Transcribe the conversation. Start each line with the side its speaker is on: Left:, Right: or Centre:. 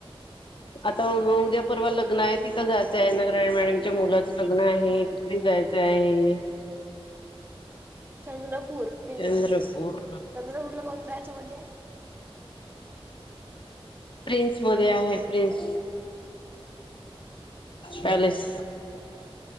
Left: आता उद्या परवा लग्न आहे, तिथं जायचं आहे. नगराळे मॅडमच्या मुलाचं लग्न आहे, तिकडे जायचं आहे.
Right: चंद्रपूर प्रिन्स
Left: चंद्रपूर.
Right: चंद्रपूरला कोणत्या याच्यामध्ये आहे
Left: प्रिन्स मध्ये आहे प्रिन्स पॅलेस.